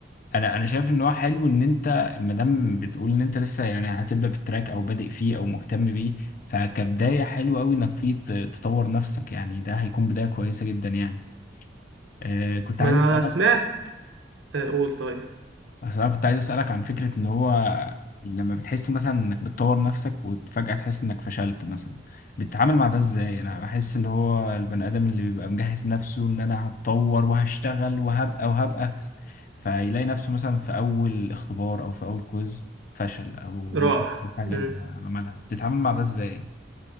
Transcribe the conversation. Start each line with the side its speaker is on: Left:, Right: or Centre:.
Left: انا انا شايف ان هو حلو ان انت ما دام بتقول ان انت لسه يعني هتبدا في التراك او بادئ فيه او مهتم بيه فكبدايه حلو قوي انك فيه ت- تطور نفسك يعني ده هيكون بدايه كويسه جدا يعني آه كنت
Right: ما
Left: عايز
Right: انا
Left: اسالك
Right: سمعت آه، قول طيب
Left: أصل انا كنت عايز اسالك عن فكره ان هو لما بتحس مثلا انك بتطور نفسك وفجاه تحس انك فشلت مثلا بتتعامل مع ده ازاي انا بحس اللي هو البني ادم اللي بيبقى مجهز نفسه ان انا هتطور وهشتغل وهبقى وهبقى فيلاقي نفسه مثلا في أول اختبار أو في أول كويز فشل أو ما
Right: راح
Left: جابش الحاجة
Right: امم
Left: اللي عملها بتتعامل مع ده إزاي؟